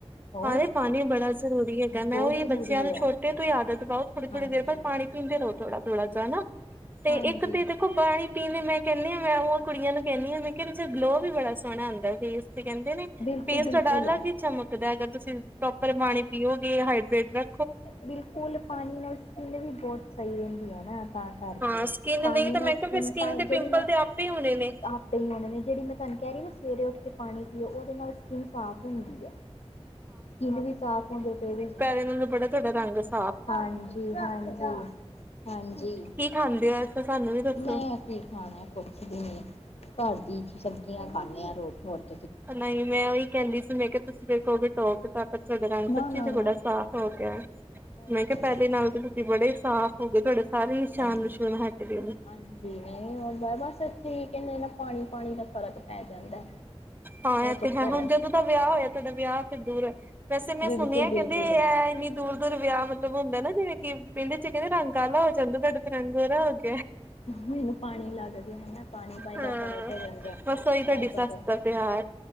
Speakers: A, on the left (about 70°); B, on the right (about 20°).
A: ਹੋਰ
B: ਹਾ ਏ ਪਾਣੀ ਬੜਾ ਜ਼ਰੂਰੀ ਹੈਗਾ
A: ਬਹੁਤ
B: ਮੈਂ ਓਹੀ
A: ਜ਼ਰੂਰੀ
B: ਬੱਚਿਆਂ ਨੂੰ
A: ਹੈ
B: ਛੋਟੇ ਤੇ ਤੁਸੀ ਆਦਤ ਪਾਓ ਥੋੜੀ
A: ਹਾਂਜੀ
B: ਥੋੜੀ ਦੇਰ ਬਾਦ ਪਾਣੀ ਪੀਂਦੇ ਰਹੋ ਥੋੜਾ ਥੋੜਾ ਜਾ ਤੇ
A: ਹਾਂਜੀ
B: ਇੱਕ ਤੇ ਦੇਖੋ ਪਾਣੀ ਪੀਣੇ ਮੈਂ ਕਹਿਣੀ ਆ ਮੈਂ ਓਕੁੜੀਆਂ ਨੂੰ ਕਹਿਣੀ ਆ ਮੈਂ ਆ ਗਲੋ ਵੀ ਬੜਾ ਸੋਹਣਾ ਆਦਾਂ ਫੇਸ ਤੇ ਕਹਿੰਦੇ ਨੇ
A: ਬਿਲਕੁਲ-ਬਿਲਕੁਲ।
B: ਫੇਸ ਤੁਆਡਾ ਅਲੱਗ
A: ਬਿਲਕੁਲ
B: ਹੀ ਕੇ ਚਮਕਦਾ ਅਗਰ ਤੁਸੀਂ ਪ੍ਰੋਪਰ ਪਾਣੀ ਪੀਓਗੇ ਹਾਈਡ੍ਰੇਟ ਰ
A: ਬਿਲਕੁਲ, ਪਾਣੀ ਨਾਲ ਸਕਿੰਨ ਵੀ ਬਹੁਤ ਸਹੀ ਰਹਿੰਦੀ ਹੈ ਨਾ ਤਾਂ ਕਰਕੇ
B: ਹਾਂ ਸਕਿੰਨ
A: ਪਾਣੀ
B: ਨਹੀਂ ਤਾਂ
A: ਨਾਲ
B: ਮੈਂ
A: ਸਕੂਨ
B: ਕਿਹਾ ਫਿਰ ਸਕਿੰਨ
A: ਟਾਈਟ
B: ਤੇ
A: ਜਿਹੜੀ
B: ਪਿੰਪਲ
A: ਮੈਂ
B: ਤੇ ਆਪੇ ਹੋਣੇ ਨੇ
A: ਟਾਪਿੰਗ ਹੋਣੀ ਨੇ ਜਿਹੜੀ ਮੈਂ ਤੁਹਾਨੂੰ ਕਹਿ ਰਈ ਨਾ ਸਵੇਰੇ ਉੱਠ ਕੇ ਪਾਣੀ ਪੀਓ ਉਦੇ ਨਾਲ ਸਕਿੰਨ ਸਾਫ਼ ਹੁੰਦੀ ਐ ਸਕਿੰਨ ਵੀ ਸਾਫ਼ ਹੁੰਦੀ ਪਈ ਏਦੇ ਚ
B: <unintelligible> ਕੇੜਾ ਰੰਗ ਸੀ।
A: ਹਾਂਜੀ-ਹਾਂਜੀ-ਹਾਂਜੀ
B: ਕੀ ਖਾਂਦੇ ਹੋ ਐਸਾ ਸਾਨੂੰ ਵੀ ਦੱਸੋ?
A: ਮੈਂ ਖਾਣਾ ਕੁਛ ਵੀ ਨੀ ਘਰ ਦੀ ਸਬਜ਼ੀਆਂ ਖਾਂਣੇ ਆ ਰੋਜ਼ ਰੋਜ਼।
B: ਨਈ ਮੈਂ ਇਹੀ ਕਹਿੰਦੀ ਸੀ ਮੈਂ ਕਿਆ ਤੁਸੀਂ ਦੇੇਖੋਗੇ ਧੋ ਕਿ ਤਾਂ <inaudible> ਦਾ ਰੰਗ
A: ਨਾ-ਨਾ,
B: ਸਭ ਚੀਜ਼ ਬੜਾ ਸਾਫ਼ ਹੋ ਗਿਆ
A: ਨਾ-ਨਾ।
B: ਮੈਂ ਕਿਆ ਨਾਲ ਤੁਸੀਂ ਬੜੇ ਸਾਫ਼ ਹੋ ਗੇ ਤੁਹਾਡੇ ਸਾਰੇ ਨਿਸ਼ਾਨ
A: ਹੂੰ
B: ਨਿਸ਼ੂਨ ਹਟ ਗਏ ਨੇ।
A: ਹਾਂਜੀ ਨਹੀਂ ਬਸ ਇੱਥੇ ਹੀ ਕਹਿੰਦੇ ਨਾ ਪਾਣੀ ਪਾਣੀ ਦਾ ਫਰਕ ਪੈ ਜਾਂਦਾ।
B: ਹਾਂ ਇਹ
A: ਚੱਕਰ
B: ਤੇ ਹੈ ਹੁਣ
A: ਐ,
B: ਜਦੋਂ ਦਾ ਵਿਆਹ ਹੋਇਆ ਤੁਹਾਡਾ ਵਿਆਹ ਫਿਰ ਦੂਰ ਹੈ। ਵੈਸੇ ਮੈਂ
A: ਬਿਲਕੁਲ-ਬਿਲਕੁਲ।
B: ਸੁਣਿਆ ਕਹਿੰਦੇ ਇਹ ਹੈ ਇੰਨੀ ਦੂਰ ਦੂਰ ਵਿਆਹ ਮਤਲਬ ਮਤਲਬ ਹੁੰਦਾ ਨਾ ਜਿਵੇਂ ਕਿ ਪਿੰਡ ਚ ਕਹਿੰਦੇ ਰੰਗ ਕਾਲਾ ਹੋ ਜਾਂਦਾ ਤੁਹਾਡਾ ਤੇ ਰੰਗ ਗੋਰਾ ਹੋ ਗਿਆ।
A: ਮੈਨੂੰ ਪਾਣੀ ਲੱਗ ਗਿਆ ਨਾ ਪਾਣੀ ਪਾ
B: ਹਾਂ।
A: ਦਾ ਫ਼ਰਕ ਹੋ ਜਾਂਦਾ।
B: ਬਸ ਉਹੀ ਤੁਹਾਡੀ
A: ਐ ਚੱਕਰ
B: ਸਸਤਾ ਪਿਆਰ।